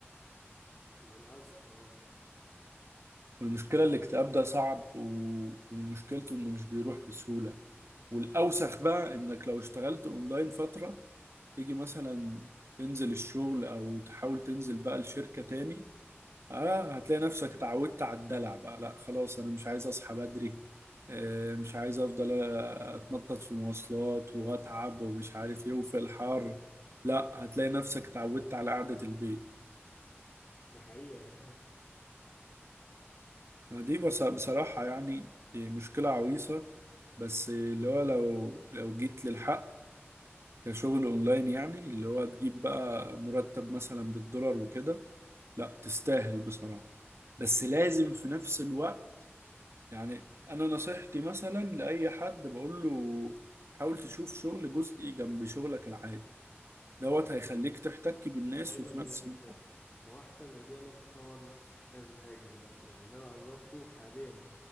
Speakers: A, on the left; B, on the right.
A: للأسف اه
B: والمشكلة الاكتئاب ده صعب و- ومشكلته إنه مش بيروح بسهولة والأوسخ بقى إنك لو اشتغلت أونلاين فترة تيجي مثلا تنزل الشغل او تحاول تنزل بقى الشركة تاني اه هتلاقي نفسك اتعودت على الدلع بقى لا خلاص انا مش عايز اصحى بدري آه، مش عايز افضل اتنطط في مواصلات واتعب ومش عارف ايه وفي الحر لا هتلاقي نفسك اتعودت على قعدة البيت
A: ده حقيقة
B: دي بص- بصراحة يعني مشكلة عويصة بس اللي هو لو لو جيت للحق كشغل اونلاين يعني اللي هو تجيب بقى مرتب مثلا بالدولار وكده لا تستاهل بصراحة بس لازم في نفس الوقت يعني أنا نصيحتي مثلا لأي حد بقول له حاول تشوف شغل جزئي جنب شغلك العادي دوت هيخليك تحتك بالناس
A: دايما
B: وفي
A: إنك-
B: نفس الوقت
A: هو أحسن إنك دايما تطور نفسك في كذا حاجة أنا يعني اللي أنا أدركته حاليا